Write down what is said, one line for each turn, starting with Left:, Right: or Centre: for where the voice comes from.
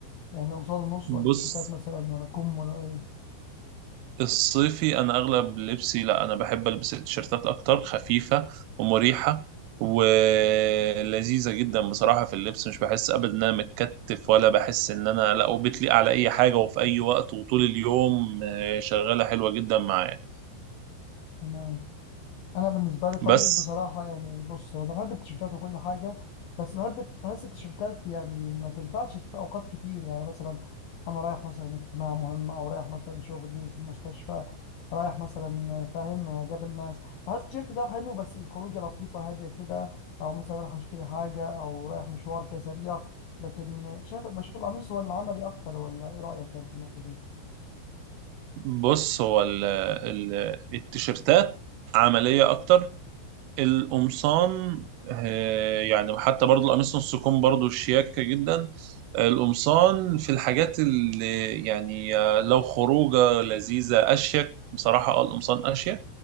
Left: يعني قمصان النص
Right: بص
Left: ولا التيشيرتات مثلا ولا كم ولا ايه
Right: الصيفي انا اغلب لبسي لا انا بحب البس التيشيرتات اكتر خفيفه ومريحه ولذيذه جدا بصراحه في اللبس مش بحس ابدا ان انا متكتف ولا بحس ان انا لا وبتليق على اي حاجه وفي اي وقت وطول اليوم آه، شغاله حلوه جدا معايا
Left: تمام. انا بالنسبه لي طيب
Right: بس
Left: بصراحه يعني بص هو انا بحب التيشيرتات وكل حاجه بس بحب الت- بحس التيشيرتات يعني ما تنفعش في اوقات كتير يعني مثلا انا رايح مثلا اجتماع مهم او رايح مثلا شغلي في المستشفى رايح مثلا فاهم قابل ناس بحس التيشيرت ده حلو بس الخروجه لطيفه هاديه كده او مثلا رايح اشتري حاجه او رايح مشوار كده سريع لكن شايف بشوف القميص هو اللي عملي اكتر ولا ايه رايك يعني في النقطه دي؟
Right: بص هو ال- ال- التيشيرتات عمليه اكتر القمصان آه، يعني حتى برضو القميص نص كم برضو شياكه جدا القمصان في الحاجات اللي يعني آه، لو خروجه لذيذه اشيك بصراحه اه القمصان اشيك